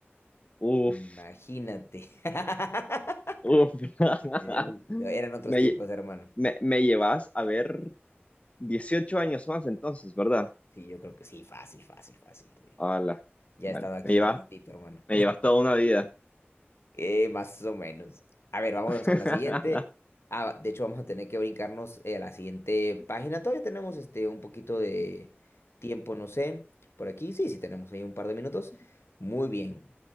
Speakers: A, on the left; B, on the left.
A: Uf,
B: Imagínate. <laughs>
A: uf. <laughs>
B: De un- de- Eran otros
A: Me,
B: tiempos,
A: lle-
B: hermano.
A: me, me llevas a ver 18 años más entonces, ¿verdad?
B: Sí, yo creo que sí, fácil, fácil, fácil. sí.
A: Hola.
B: Ya
A: Bueno,
B: he estado aquí
A: me llevas,
B: un ratito, hermano.
A: me llevas toda una vida.
B: Eh, más o menos. A ver, vámonos
A: <laughs>
B: con la siguiente. Ah, de hecho, vamos a tener que brincarnos eh, a la siguiente página. Todavía tenemos este, un poquito de tiempo, no sé, por aquí. Sí, sí, tenemos ahí un par de minutos. Muy bien.